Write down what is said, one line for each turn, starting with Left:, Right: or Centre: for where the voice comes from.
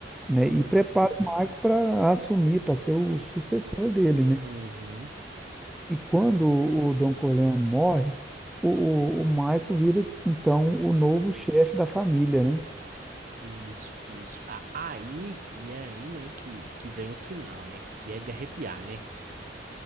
Centre: né?
Right: Uhum.
Centre: E prepara o Marco para assumir, para ser o sucessor dele, né?
Right: uhum.
Centre: E quando o, o Dom Corleone morre, o, o, o Marco vira, então, o novo chefe da família, né?
Right: Isso, isso. A- Aí, e é aí, né, que, que vem o final, né? Que é de arrepiar, né?